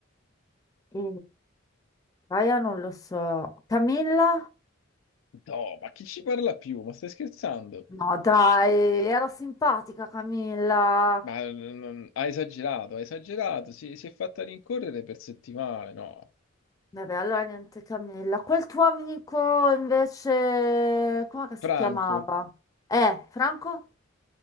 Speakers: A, on the left; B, on the left.
A: E Gaia non lo so. Camilla?
B: No, ma chi ci parla più? Ma stai scherzando?
A: No, dai, era simpatica Camilla.
B: Ma n- non- ha esagerato, ha esagerato, si, si è fatta rincorrere per settimane, no?
A: Vabbè, allora niente Camilla. Quel tuo amico invece, come si
B: Franco,
A: chiamava? Eh, Franco?